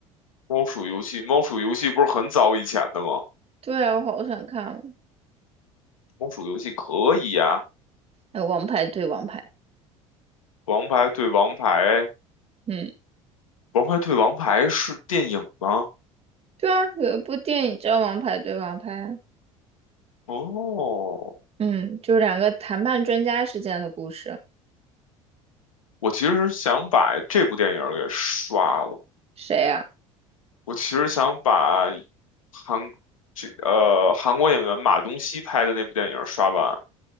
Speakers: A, on the left (about 85°); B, on the right (about 35°).
A: 猫鼠游戏，猫鼠游戏不是很早以前的吗？
B: 对啊，我好想看哦。
A: 猫鼠游戏可以呀、
B: 呃，王牌对王牌，
A: 王牌对王牌，
B: 嗯，
A: 王牌对王牌是电影吗？
B: 对啊，有一部电影叫《王牌对王牌》啊
A: 哦，
B: 嗯，就是两个谈判专家之间的故事。
A: 我其实想把这部电影给刷了。
B: 谁呀、
A: 我其实想把韩这呃韩国演员马东锡拍的那部电影刷完，